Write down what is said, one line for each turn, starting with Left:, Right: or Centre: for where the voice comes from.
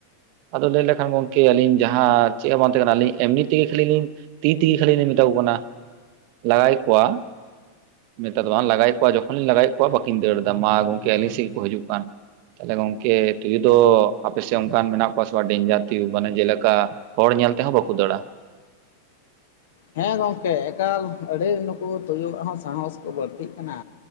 Right: ᱟᱫᱚ ᱞᱟᱹᱭ ᱞᱮᱠᱷᱟᱱ ᱜᱚᱢᱠᱮ ᱟᱹᱞᱤᱧ ᱡᱟᱦᱟᱸ ᱪᱮᱫ ᱦᱚᱸ ᱵᱟᱝ ᱛᱟᱦᱮᱸ ᱠᱟᱱᱟ ᱟᱹᱞᱤᱧ ᱮᱢᱱᱤ ᱛᱮᱜᱮ ᱠᱷᱟᱹᱞᱤ ᱞᱤᱧ ᱛᱤ ᱛᱮᱜᱮ ᱠᱷᱟᱹᱞᱤ ᱞᱤᱧ ᱢᱮᱛᱟ ᱠᱚ ᱠᱟᱱᱟ ᱞᱟᱜᱟᱭᱼᱮᱫ ᱠᱚᱣᱟ, ᱢᱮᱛᱟ ᱫᱚ ᱵᱟᱝ ᱞᱟᱜᱟᱭᱼᱮᱫ ᱠᱚ ᱡᱚᱠᱷᱚᱱ ᱞᱤᱧ ᱞᱟᱜᱟᱭᱼᱮᱫ ᱠᱚᱣᱟ ᱵᱟᱠᱤᱱ ᱫᱟᱹᱲ ᱮᱫᱟ ᱢᱟ ᱜᱚᱢᱠᱮ ᱟᱹᱞᱤᱧ ᱥᱮᱫ ᱜᱮᱠᱚ ᱦᱤᱡᱩᱜ ᱠᱟᱱ᱾ ᱛᱟᱦᱚᱞᱮ ᱜᱚᱝᱠᱮ ᱛᱩᱭᱩ ᱫᱚ ᱟᱯᱮ ᱥᱮᱫ ᱚᱱᱠᱟᱱ ᱢᱮᱱᱟᱜ ᱠᱚᱣᱟ ᱠᱚᱣᱟ ᱰᱮᱧᱡᱟᱨ ᱛᱩᱭᱩ ᱢᱟᱱᱮ ᱡᱮᱞᱮᱠᱟ ᱦᱚᱲ ᱧᱮᱞ ᱛᱮᱦᱚᱸ ᱵᱟᱠᱚ ᱫᱟᱹᱲ ᱟ᱾
Left: ᱦᱮᱸ ᱜᱚᱢᱠᱮ ᱮᱠᱟᱞ ᱟᱹᱰᱤ ᱱᱩᱠᱩ ᱛᱩᱭᱩᱣᱟᱜ ᱦᱚᱸ ᱥᱟᱦᱚᱸᱥ ᱠᱚ ᱵᱟᱹᱲᱛᱤᱜ ᱠᱟᱱᱟ᱾